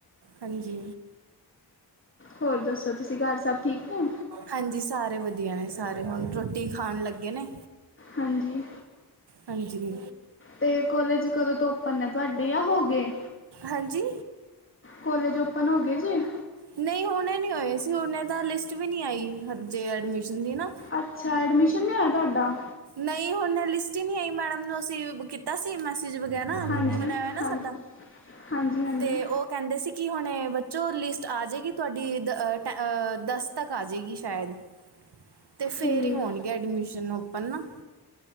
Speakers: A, on the right; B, on the left.
A: ਹਾਂਜੀ
B: ਹੋਰ ਦੱਸੋ ਤੁਸੀਂ ਘਰ ਸਭ ਠੀਕ ਹੈ?
A: ਹਾਂਜੀ, ਸਾਰੇ ਵਧੀਆ ਨੇ ਸਾਰੇ, ਹੁਣ ਰੋਟੀ ਖਾਣ ਲੱਗੇ ਨੇ।
B: ਹਾਂਜੀ
A: ਹਾਂਜੀ
B: ਤੇ ਕੋਲੇਜ ਕਦੋਂ ਤੋਂ ਓਪਨ ਹੈ ਤੁਹਾਡੇ, ਜਾਂ ਹੋ ਗਏ?
A: ਹਾਂਜੀ
B: ਕੋਲੇਜ ਓਪਨ ਹੋ ਗਏ ਜੇ?
A: ਨਹੀਂ ਹੁਣੇ ਨਹੀਂ ਹੋਏ ਸੀ। ਹੁਣੇ ਤਾਂ ਲਿਸਟ ਵੀ ਨਹੀਂ ਆਈ ਹਜੇ ਐਡਮਿਸ਼ਨ ਦੀ ਨਾ
B: ਅੱਛਾ! ਐਡਮਿਸ਼ਨ ਨਹੀਂ ਹੋਇਆ ਤੁਹਾਡਾ?
A: ਨਹੀਂ ਹੁਣ ਲਿਸਟ ਹੀ ਨਹੀਂ ਆਈ ਮੈਡਮ ਨੂੰ ਅਸੀਂ ਕੀਤਾ ਸੀ ਮੈਸੇਜ ਵਗੈਰਾ
B: ਹਾਂਜੀ
A: ਗਰੁੱਪ ਬਣਿਆ ਹੋਇਆ ਨਾ
B: ਹਾਂਜੀ
A: ਸਾਡਾ।
B: ਹਾਂਜੀ ਹਾਂਜੀ
A: ਤੇ ਉਹ ਉਹ ਕਹਿੰਦੇ ਸੀ ਕਿ ਹੁਣੇ ਬੱਚੋ ਲਿਸਟ ਆ ਜਾਵੇਗੀ ਤੁਹਾਡੀ ਦ ਟੈ ਦਸ ਤੱਕ ਆ ਜਾਵੇਗੀ ਸ਼ਾਇਦ ਤੇ ਫੇਰ
B: ਠੀਕ
A: ਹੀ ਹੋਣਗੇ ਐਡਮਿਸ਼ਨ ਓਪਨ ਨਾ